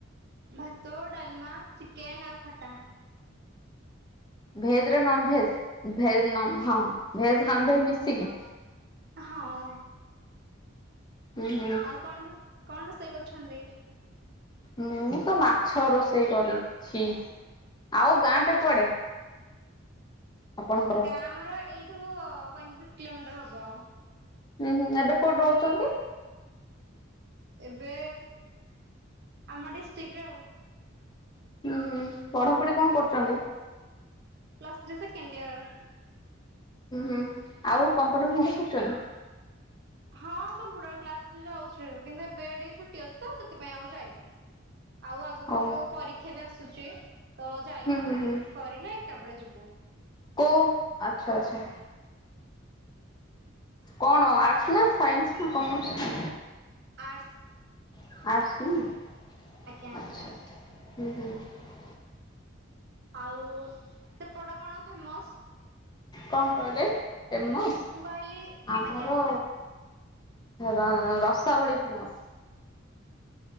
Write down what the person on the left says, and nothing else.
ଭେଜ ର ନନଭେଜ୍ ଭେଜ <unintelligible> ଭେଜ ନନଭେଜ୍ ମିଶିକି।
ହୁଁ ହୁଁ
ମୁଁ ତ ମାଛ ରୋଷେଇ କରି ଛି। ଆଉ ଗାଁ ଟା କୁଆଡେ? ଆପଣଙ୍କର
ହୁଁ ହୁଁ ଏବେ କୋଉଠି ରହୁଛନ୍ତି?
<inaudible> ପଢା ପଢି କଣ କରୁଛନ୍ତି?
<inaudible> ଆଉ କମ୍ପ୍ୟୁଟର <unintelligible>
ଓ
ହୁଁ ହୁଁ
ହୁଁ
କୋଉ ଆଛା ଆଛା। କଣ ଆର୍ଟସ୍ ନା ସାଇନ୍ସ ନା କମର୍ସ?
<unintelligible>
କଣ କହିଲେ ଫେମସ୍
ଆମର
ର ରସାବଳି ଫେମସ।